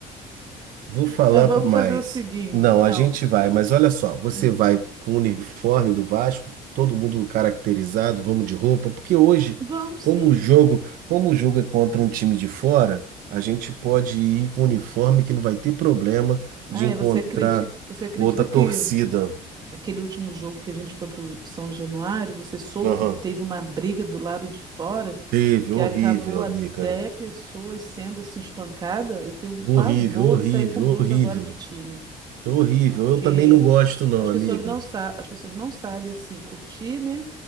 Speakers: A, on the right; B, on the right.
A: Vou falar
B: Mas vamos
A: por mais.
B: fazer o seguinte,
A: Não,
B: não.
A: a gente vai, mas olha só, você
B: hum,
A: vai com o uniforme do Vasco, todo mundo caracterizado, vamos de roupa, porque hoje,
B: Vamos
A: como
B: sim.
A: o jogo, como o jogo é contra um time de fora, a gente pode ir com uniforme que não vai ter problema
B: Ai,
A: de encontrar
B: você acredita, você acredita
A: outra
B: que
A: torcida.
B: aquele último jogo que a gente foi pro São Januário, você soube
A: Aham.
B: que teve uma briga do lado de fora
A: Teve,
B: que
A: horrível,
B: acabou
A: amiga.
B: até pessoas sendo assim espancada? Eu tenho um
A: Horrível,
B: pavor
A: horrível,
B: de sair com blusa
A: horrível.
B: agora de time,
A: Horrível.
B: porque
A: Eu também não gosto, não,
B: as pessoas
A: amiga.
B: não sa as pessoas não sabem assim curtir, né?